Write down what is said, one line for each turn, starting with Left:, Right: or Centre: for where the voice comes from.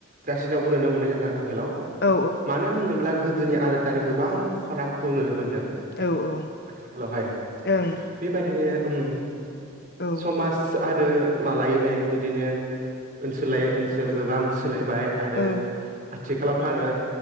Right: गासिनावबो नुनो मोन्नाय जादों। आथिखालाव
Left: औ
Right: मानो होनोब्ला गोदोनि आरो दानि गोबां फारागखौ नुनो मोन्दों।
Left: औ ओं
Right: आथिखालावहाय
Left: औ
Right: बेबायदिनो उम
Left: औ
Right: समाज आरो मा लायै लायै बिदिनो ओनसोलायै ओनसोल गोबां सोलाय बाय आरो
Left: औ
Right: आथिखालावथ' आरो